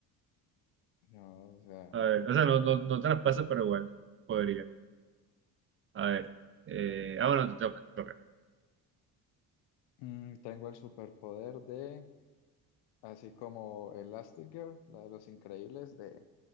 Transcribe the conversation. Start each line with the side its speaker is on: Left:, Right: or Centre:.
Left: Yo, o sea,
Right: A ver, o sea, no, no, no traspasa, pero igual podría. A ver. Eh, ah, bueno, te toca, te toca.
Left: mm, tengo el superpoder de, así como Elastigirl, la de los increíbles, de